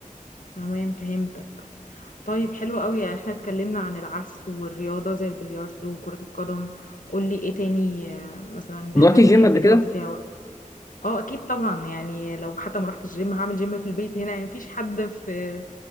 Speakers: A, on the left; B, on the left.
A: تمام فهمتك طيب حلو قوي يعني احنا اتكلمنا عن العزف والرياضة زي البلياردو وكرة القدم قولي ايه تاني آه، مثلا حاجات
B: رحت الجيم
A: بتحب
B: قبل
A: تقضي
B: كده؟
A: فيها وقت اه اكيد طبعا يعني لو حتى ما رحت الجيم هعمل جيم في البيت هنا يعني مفيش حد في